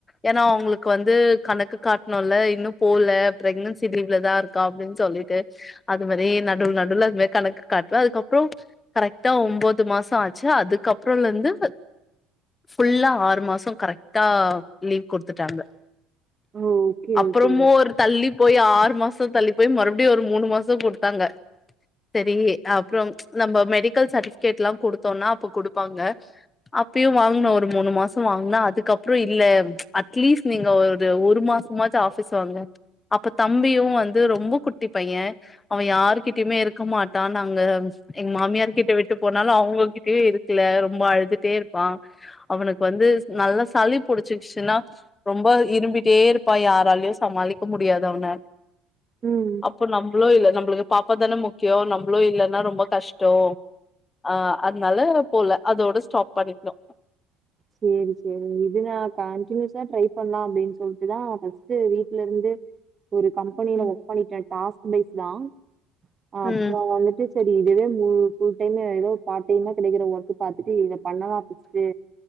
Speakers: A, on the left; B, on the right.
A: ஏன்னா அவங்களுக்கு வந்து கணக்கு காட்டணும்ல இன்னும் போல பிரெக்னன்சி லீவ்லதா இருக்கா அப்படின்னு சொல்லிட்டு அது மாதிரி நடுல நடுல அது மாதி கணக்கு காட்டுல அதுக்கப்புறம் கரெகா ஒன்பது மாசம் ஆச்சு அதுக்கப்புறம் இருந்து ஃபுல்லா ஆறு மாசம் கரெக் டா லீவ் குடுத்துட்டாங்க
B: ஓ ஓகே
A: அப்புறமும்
B: ஓகே
A: ஒரு தள்ளி போய் ஆறு மாச தள்ளி போய் மறுபடியு ஒரு மூணு மாசம் குடுத்தாங்க செரி அப்பறம் நம்ப மெடிக்கல் சர்டிஃபிக்கேட்லா குடுத்தோன்னா அப்ப குடுப்பாங்க அப்பியும் வாங்கன ஒரு மூணு மாசம் வாங்கற அதுக்கப் அப்பறம் இல்ல அட்லீஸ்ட் நீங்க ஒரு ஒரு மாசமாச்சும் ஆஃபீஸ் வாங்க அப்ப தம்பியும் வந்து ரொம்ப குட்டி பையன் அவன் யாரு்கிட்டயுமே இருக்க மாட்டான் நாங்க எங்க மாமியார்கிட்ட விட்டு போனாலும் அவுங்க கிட்டயும் இருக்கல ரொம்ப அழுதுட்டே இருப்பான் அவுனுக்கு வந்து நல்ல சளி புடிச்சிச்சுன்னா ரொம்ப இரும்பிட்டே இருப்பா யாராலயும் சமாளிக்க முடியாத அவன
B: ம்
A: அப்போ நம்பளோ இல்ல நம்பளுக்கு பாப்பா தானே முக்கியம் நம்பளும் இல்லன்னா ரொம்ப கஷ்டம் ஆ அதனால போல அதோட ஸ்டாப் பண்ணிக்கணு
B: செரி செரி இது தா கண்டினியூஸா ட்ரை பண்ணலாம் அப்பிடின்னு சொல்ட்டுதான் ஃபஸ்ட் வீட்ல இருந்து ஒரு கம்பெனியில
A: ம்
B: ஒர்க் பண்ணிர்க்க டாஸ்க் பேஸ் தான் அப்பறம்
A: ம்
B: வந்துட்டு சரி இதுவே மு ஃபுல் டைம் ஏதோ பாடைமா கெடைக்கிற ஒர்க் பாத்துட்டு இத பண்ணலாம் ஃபஸ்ஈட்டு